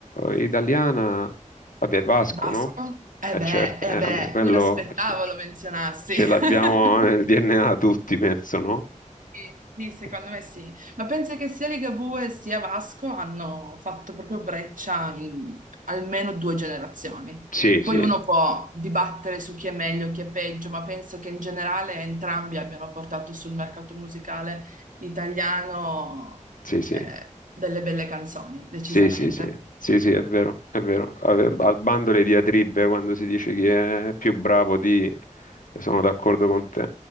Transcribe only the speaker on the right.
Basco?
Eh
beh,
eh
beh,
mi aspettavo
lo menzionassi.
<laughs>
Sì, sì, secondo
me sì. Ma penso che sia Ligabue sia Vasco hanno fatto proprio breccia in almeno due generazioni.
Poi
uno può dibattere su chi è meglio, chi è peggio, ma penso che in generale entrambi abbiano portato sul mercato musicale italiano
eh, delle belle canzoni, decisamente.